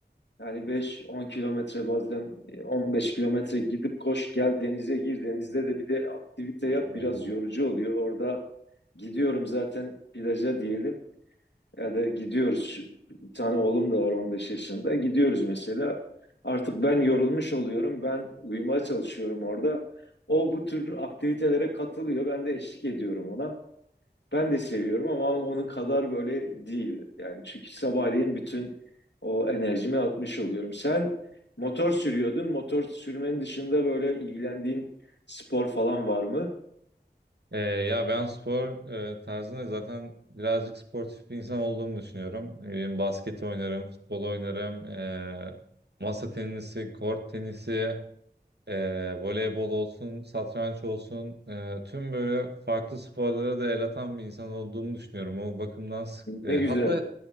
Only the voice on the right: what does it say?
Oo.
Ee, ya ben spor e, tarzında zaten birazcık sportif bir insan olduğumu düşünüyorum. Ne bileyim, basket oynarım, futbol oynarım, e, masa tenisi, kort tenisi, e, voleybol olsun, satranç olsun. e, tüm böyle farklı sporlara da el atan bir insan olduğumu düşünüyorum. O bakımdan sık- e,
hatta